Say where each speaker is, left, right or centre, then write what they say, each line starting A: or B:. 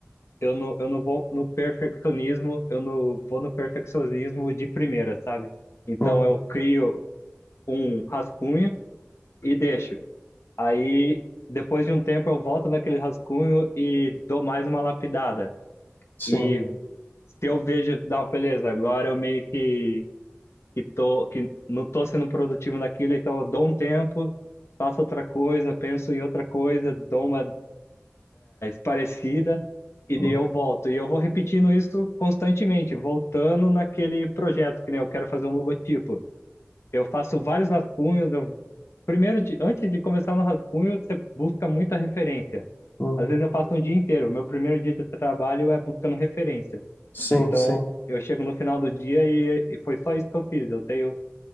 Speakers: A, on the left; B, on the left.
A: eu não, eu não vou no perfeccionismo, eu não vou no perfeccionismo de primeira, sabe? Então
B: Uhum,
A: eu crio um rascunho e deixo. Aí depois de um tempo eu volto naquele rascunho e dou mais uma lapidada.
B: sim.
A: E se eu vejo, não, beleza, agora eu meio que, que tô, que não tô sendo produtivo naquilo, então eu dou um tempo, faço outra coisa, penso em outra coisa, dou uma parecida, e
B: Uhum,
A: daí eu volto. E eu vou repetindo isso constantemente, voltando naquele projeto, que nem eu quero fazer um logotipo. Eu faço vários rascunhos. Eu, primeiro, de, antes de começar no rascunho, você busca muita referência.
B: uhum,
A: Às vezes eu passo um dia inteiro. Meu primeiro dia de trabalho é buscando referência.
B: sim,
A: Então,
B: sim.
A: eu chego no final do dia e, e foi só isso que eu fiz. Eu tenho